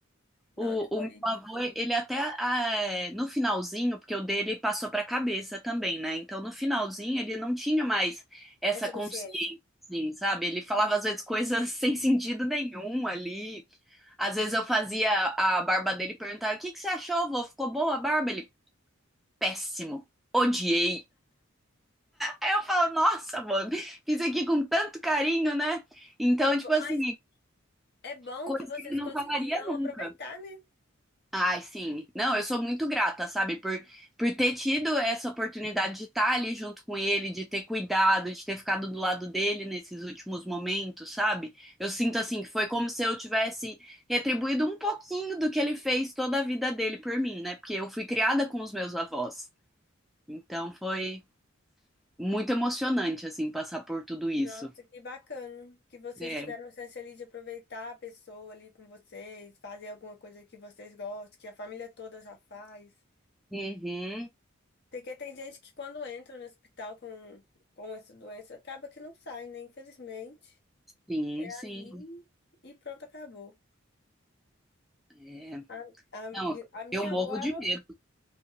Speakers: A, on the left; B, in the centre.
A: Não
B: O,
A: foi
B: o meu avô, ele até ah, é, no finalzinho, porque o dele passou para a cabeça também, né? Então no finalzinho ele não tinha mais essa
A: essa
B: consciência,
A: consciência.
B: assim, sabe? Ele falava às vezes coisas <laughs> sem sentido nenhum ali. Às vezes eu fazia a barba dele e perguntava: O que que você achou, vô? Ficou boa a barba? Ele, péssimo, odiei. Aí eu falo: Nossa, mano, fiz aqui com tanto carinho, né? Então,
A: Que...
B: tipo
A: bo-
B: assim,
A: Mas é bom
B: coisa
A: que vocês
B: que ele não
A: conseguiram
B: falaria nunca.
A: aproveitar, né?
B: Ai, sim. Não, eu sou muito grata, sabe, por, por ter tido essa oportunidade de estar ali junto com ele, de ter cuidado, de ter ficado do lado dele nesses últimos momentos, sabe? Eu sinto assim que foi como se eu tivesse retribuído um pouquinho do que ele fez toda a vida dele por mim, né? Porque eu fui criada com os meus avós. Então foi muito emocionante, assim, passar por tudo isso.
A: Nossa, que bacana que vocês
B: É.
A: tiveram a chance ali de aproveitar a pessoa ali com vocês, fazer alguma coisa que vocês gostem, que a família toda já faz.
B: Uhum.
A: Porque tem gente que quando entra no hospital com, com essa doença, acaba que não sai, né? Infelizmente.
B: Sim,
A: Ali
B: sim.
A: e pronto, acabou.
B: É.
A: A, a,
B: Não,
A: a minha
B: eu morro
A: avó, ela,
B: de medo.